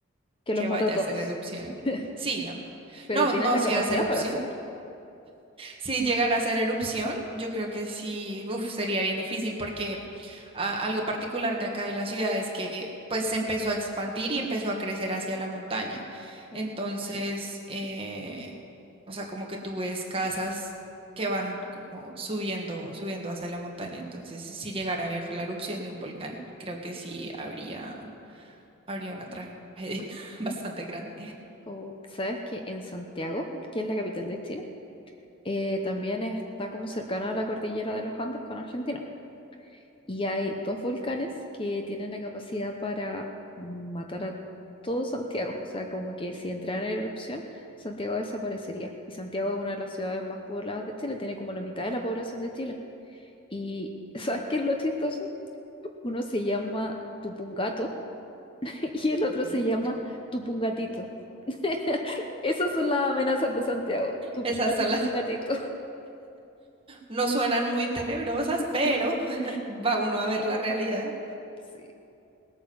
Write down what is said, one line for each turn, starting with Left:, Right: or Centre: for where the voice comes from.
Left: que
Right: que
Left: los mata
Right: vaya
Left: a todos,
Right: a hacer erupción.
Left: <laughs>
Right: Sí, no.
Left: pero
Right: No,
Left: tienen
Right: no,
Left: la
Right: si
Left: capacidad
Right: hace erupción.
Left: para hacerlo.
Right: Si llegara a ser erupción, yo creo que sí, uf, sería bien difícil porque ah, algo particular de acá de la ciudad es que pues se empezó a expandir y empezó a crecer hacia la montaña.
Left: O
Right: Entonces, eh, o sea, como que tú ves casas que van como subiendo, subiendo hacia la montaña. Entonces, si llegara a ver la erupción de un volcán, creo que sí habría, habría una tragedia <laughs> bastante grande.
Left: o, ¿sabes que en Santiago, que es la capital de Chile, eh, también está como cercana a la cordillera de los Andes con Argentina? Y hay dos volcanes que tienen la capacidad para matar a todo Santiago. O sea, como que si entraran en erupción, Santiago desaparecería. Y Santiago es una de las ciudades más pobladas de Chile, tiene como la mitad de la población de Chile. Y <laughs> ¿sabes qué es lo chistoso? Uno se llama Tupungato <laughs> y el otro
Right: Ujú.
Left: se llama Tupungatito. <laughs> Esas son las amenazas de Santiago, Tupungato
Right: Esas son
Left: y Tupungatito.
Right: las No suenan muy tenebrosas,
Left: <laughs>
Right: pero <laughs> va uno a ver la realidad.
Left: Sí,